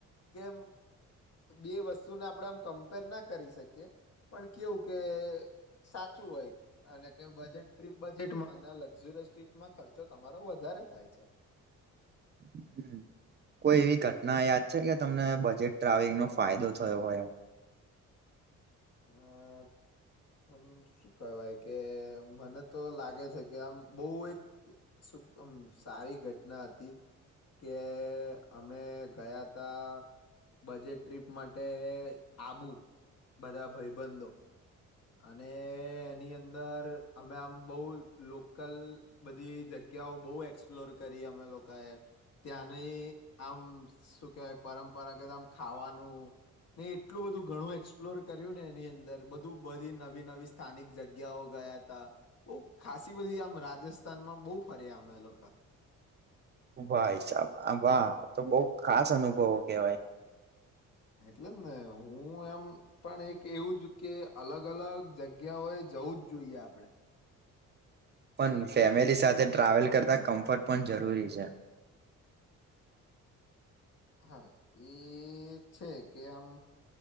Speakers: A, on the left; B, on the right.
A: કે બે વસ્તુ તુને આપડે આમ કમ્પેર ના કરી શકીએ પણ કેવું કે સાચું હોય અને કે બજેટ ટ્રીપ બજેટમાં લક્ઝિરયસ ટ્રીપમાં ખર્ચો તમારો વધારે થાય છે.
B: હમ. કોઈ એવી ઘટના યાદ છે કે તમને બજેટ ટ્રાવેલિંગનો ફાયદો થયો હોય એમ
A: <inaudible> અમ શું કહેવાય કે મને તો લાગે છે કે આમ બહુ એક શું ક સારી ઘટના હતી કે અમે ગયા તા બજેટ ટ્રીપ માટે આબુ બધાં ભાઈબંધો અને એની અંદર અમે આમ બોવ લોકલ બધી જગ્યાઓ બોવ એક્સપ્લોર કરી અમે લોકોએ ત્યાંની આમ શું કેહેવાય પરંપરા કેતા આમ ખાવાનું ને એટલું બધું ઘણું એક્સપ્લોર કર્યું ને એની અંદર બધું બધી નવી નવી સ્થાનિક જગ્યાઓ ગયા હતા બોવ ખાાસી બધી આમ રાજસ્થાનમાં બોવ ફર્યા અમે લોકો
B: ઓ ભાાઈસાહબ વાહ તો બોવ ખાસ અનુભવો કહેવાય
A: એટલે જ ને હું એમ પણ એક એવું જ કે અલગ અલગ જગ્યાઓ એ જવું જ જોઈએ આપણે
B: પણ ફેમિલી સાથે ટ્રાવેલ કરતાં કમ્ફર્ટ પણ જરૂરી છે.
A: હા એ છે કે એમ